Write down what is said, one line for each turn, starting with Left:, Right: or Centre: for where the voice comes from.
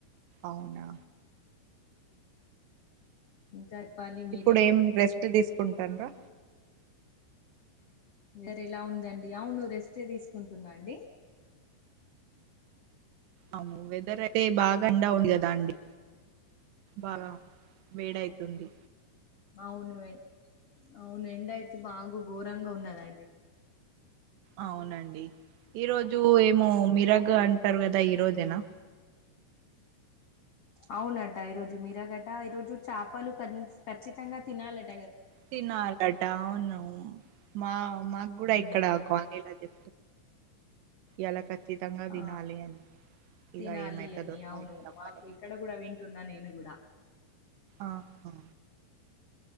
Right: అవునా
Left: ఇంకా చెప్పాలి మీరే
Right: ఇప్పుడు ఏం రెస్ట్ తీసుకుంటన్రా
Left: వర ఎలా ఉందండి అవునువు రెస్ట్ తీసుకుంటున్నాండి
Right: అవును వెదర్ అయితే బాగా ఎంండవుంది కదా అండి బాగా వేడైతుంది
Left: అవును అవును ఎండ అయితే బాగా ఘోరంగా ఉన్నదండి
Right: అవునండి ఈరోజు ఏమో మిరగ్ అంటారు కదా ఈ రోజేనా
Left: అవునట ఈరోజు మీరాగట ఈరోజు చేపలు ఖచ్చితంగా తినాలంట
Right: తినాలట అవును మా మాకు కూడా
Left: ఉమ్,
Right: ఇక్కడ కాలనీలా చె ఎలా ఖచ్చితంగా తినాలి
Left: ఆ
Right: అని ఇక
Left: తినాలి
Right: ఏమైతదో
Left: అని
Right: సాయంత్రం
Left: అవును మాకు
Right: వరకు
Left: ఇక్కడ కూడా వింటున్నా నేను కూడా
Right: ఆహా